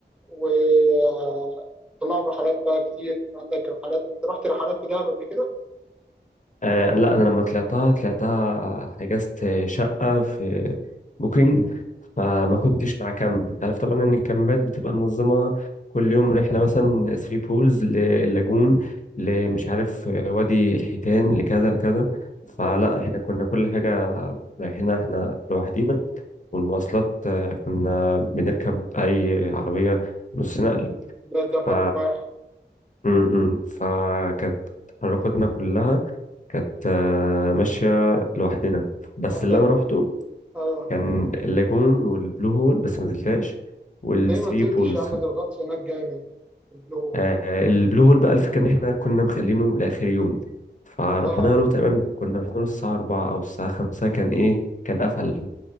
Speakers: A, in the centre; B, on the left (about 40°).
A: وطلعهم رحلات بقى كتير عندك رحلات انت رحت رحلات في دهب قبل كده؟
B: آه لا انا لما طلعتها طلعتها حجزت شقه في بوكينج فما كنتش مع كامب انت عارف طبعا ان الكامبات بتبقى منظمه كل يوم رحله مثلا ثري بولز للاجون لمش عارف آه، وادي الحيتان لكذا لكذا فلا
A: مم.
B: احنا كنا كل حاجه رايحينها احنا لوحدينا والمواصلات آه، كنا بنركب اي عربيه نص نقل
A: ده الدفع
B: ف
A: الرباعي
B: م- م. فكانت تحركاتنا كلها كانت آه، ماشية لوحدنا بس
A: عندك
B: اللي أنا روحته
A: اه
B: كان مم. اللاجون والبلو هول بس ما نزلتهاش والثري
A: ليه ما نزلتش
B: بولز
A: يا عم ده الغطس هناك جامد اللي هو
B: آه، آه، البلو هول بقى الفكرة إن إحنا كنا مخلينه لآخر يوم فروحنا
A: اه
B: له تقريبا كنا رحنا له الساعة أربعة أو الساعة خمسة كان إيه كان قفل